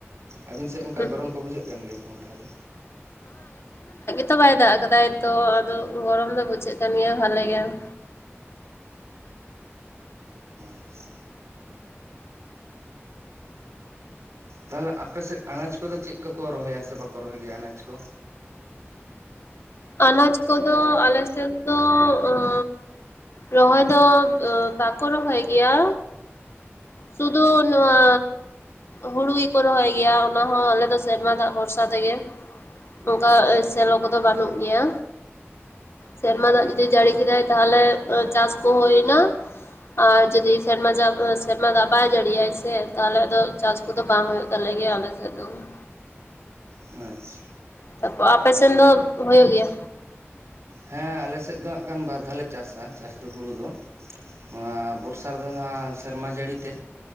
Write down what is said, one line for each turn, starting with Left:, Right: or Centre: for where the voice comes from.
Right: ᱟᱹᱵᱤᱱ ᱥᱮᱫ ᱚᱱᱠᱟ
Left: ᱦᱩᱸ
Right: ᱜᱚᱨᱚᱢ ᱠᱚ ᱵᱩᱡᱷᱟᱹᱜ ᱠᱟᱱ ᱜᱮᱭᱟ ᱥᱮ ᱵᱟᱝ ᱛᱟᱦᱟᱞᱮ
Left: ᱛᱚ ᱵᱟᱭ ᱫᱟᱜ ᱠᱟᱫᱟᱭ ᱛᱚ ᱟᱫᱚ ᱜᱚᱨᱚᱢ ᱫᱚ ᱵᱩᱡᱷᱟᱹᱜ ᱠᱟᱱ ᱜᱮᱭᱟ ᱵᱷᱟᱞᱮ ᱜᱮ <inaudible>
Right: ᱟᱪᱪᱷᱟ ᱛᱟᱦᱚᱞᱮ ᱟᱯᱮ ᱥᱮᱫ ᱟᱱᱟᱡ ᱠᱚᱫᱚ ᱪᱮᱫ ᱠᱚᱠᱚ ᱨᱚᱦᱚᱭᱟ ᱥᱮ ᱵᱟᱠᱚ ᱨᱚᱦᱚᱭ ᱜᱮᱭᱟ ᱟᱱᱟᱡᱽ ᱠᱚ
Left: ᱟᱱᱟᱡ ᱠᱚᱫᱚ ᱟᱞᱮ ᱥᱮᱫ ᱫᱚ ᱚᱸ ᱨᱚᱦᱚᱭ ᱫᱚ ᱵᱟᱠᱚ ᱨᱚᱦᱚᱭ ᱜᱮᱭᱟ ᱥᱩᱫᱷᱩ ᱱᱚᱶᱟ ᱦᱩᱲᱩ ᱜᱮᱠᱚ ᱨᱚᱦᱚᱭ ᱜᱮᱭᱟ ᱚᱱᱟᱦᱚᱸ ᱟᱞᱮ ᱥᱮᱨᱢᱟ ᱫᱟᱜ ᱵᱷᱚᱨᱥᱟ ᱜᱮ ᱚᱱᱠᱟ ᱥᱮᱞᱚ ᱠᱚᱫᱚ ᱵᱟᱹᱱᱩᱜ ᱜᱮᱭᱟ ᱥᱮᱨᱢᱟ ᱫᱟᱜ ᱡᱩᱫᱤ ᱡᱟᱹᱲᱤ ᱠᱮᱫᱟᱭ ᱛᱟᱦᱞᱮ ᱪᱟᱥ ᱠᱚ ᱦᱩᱭᱮᱱᱟ ᱟᱨ ᱡᱩᱫᱤ ᱥᱮᱨᱢᱟ ᱫᱟᱜ ᱥᱮᱨᱢᱟ ᱫᱟᱜ ᱵᱟᱭ ᱡᱟᱹᱲᱤᱭᱟᱭ ᱥᱮ ᱛᱟᱦᱞᱮ ᱟ ᱪᱟᱥ ᱠᱚᱫᱚ ᱵᱟᱝ ᱦᱩᱭᱩᱜ ᱛᱟᱞᱮ ᱜᱮᱭᱟ ᱟᱞᱮ ᱥᱮᱫ ᱫᱚ
Right: ᱟᱪᱪᱟ
Left: ᱛᱟᱨᱯᱚᱨ ᱟᱯᱮ ᱥᱮᱱ ᱫᱚ ᱦᱩᱭᱩᱜ ᱜᱮᱭᱟ
Right: ᱦᱮᱸ ᱟᱞᱮ ᱥᱮᱫ ᱫᱚ ᱠᱷᱟᱱ ᱵᱟᱨ ᱫᱷᱟᱣ ᱞᱮ ᱪᱟᱥᱟ ᱪᱟᱥ ᱫᱚ ᱦᱩᱲᱩ ᱫᱚ ᱱᱚᱣᱟ ᱵᱚᱨᱥᱟ ᱨᱮᱫᱚ ᱡᱟᱦᱟᱸ ᱥᱮᱨᱢᱟ ᱡᱟᱹᱲᱤᱛᱮ